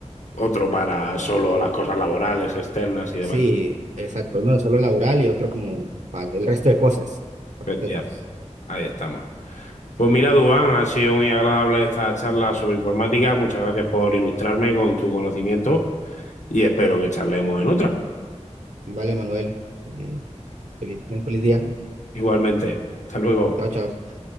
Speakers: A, on the left; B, on the right.
A: otro para solo las cosas laborales, externas y demás.
B: sí, exacto, uno solo laboral y otro como para el resto de cosas. para
A: Hostia,
B: el resto de cosas.
A: ahí estamos. Pues mira, Dubán, ha sido muy agradable esta charla sobre informática. Muchas gracias por ilustrarme con tu conocimiento y espero que charlemos en otra.
B: Vale, Manuel, eh, feliz, ten feliz día.
A: Igualmente, hasta luego.
B: Chao, chao.